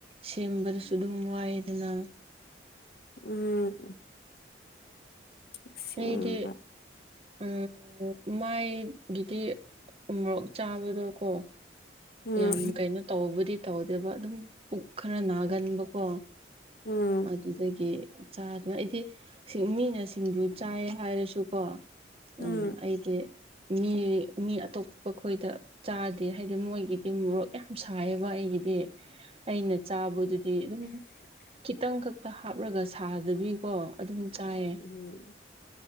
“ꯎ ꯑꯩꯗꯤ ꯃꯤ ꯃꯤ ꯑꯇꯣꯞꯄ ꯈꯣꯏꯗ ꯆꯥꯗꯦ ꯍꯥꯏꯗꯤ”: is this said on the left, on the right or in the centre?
Right